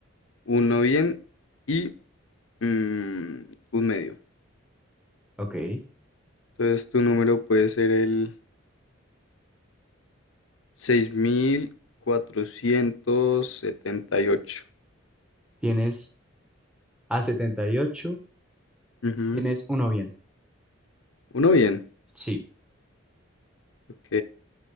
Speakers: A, on the left; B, in the centre.
A: uno bien y mm, un medio.
B: Ok.
A: Entonces tu número puede ser el seis mil cuatrocientos setenta y ocho.
B: Tienes a setenta y ocho,
A: Ujú.
B: Tienes uno bien.
A: Uno bien.
B: Sí.
A: Ok.